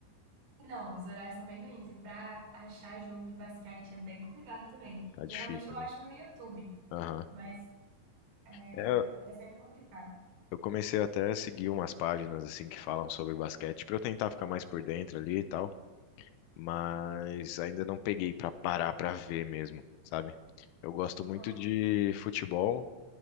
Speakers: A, on the right (about 70°); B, on the left (about 80°).
A: Não, os horários são bem ruins. E para achar jogo de basquete é bem complicado também.
B: Tá difícil,
A: Geralmente eu
B: né?
A: acho no YouTube,
B: Aham.
A: mas é
B: É,
A: é sempre complicado.
B: eu comecei até a seguir umas páginas assim que falam sobre basquete pra eu tentar ficar mais por dentro ali e tal, mas ainda não peguei pra parar pra ver mesmo, sabe? Eu gosto muito
A: Uhum.
B: de futebol